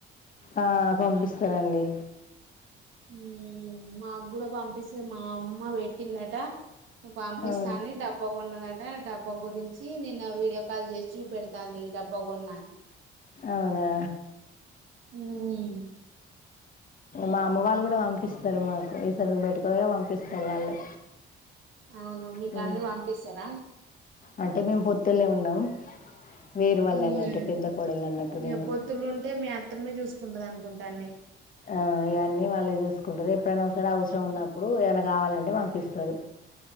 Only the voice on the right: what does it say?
హమ్ మా కూడ పంపిస్తుంది మా అమ్మ వెట్టిందట పంపిస్తుంది
డబ్ డబ్బ కొన్నదట డబ్బా గురించి నిన్న వీడియో కాల్ చేసి చూపెడతాంది ఈ డబ్బా కొన్నా అని
హమ్
అవును మీకు
అన్ని పంపిస్తారా
హమ్
ఇక
పొత్తులు ఉంటే మీ అత్తమే చూసుకుంటది అనుకుం దన్ని